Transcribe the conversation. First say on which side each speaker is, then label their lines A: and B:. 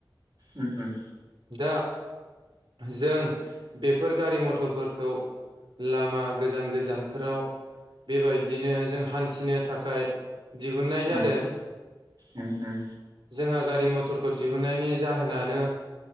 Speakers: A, on the right (about 45°); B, on the right (about 65°).
A: उम उम
B: दा जों बेफोर गारि मथरफोरखौ लामा गोजान गोजानफोराव बेबायदिनो जों हान्थिनो थाखाय दिहुननाय जादों
A: उम उम उम
B: जोंहा गारि मथरखौ दिहुननायनि जाहोनानो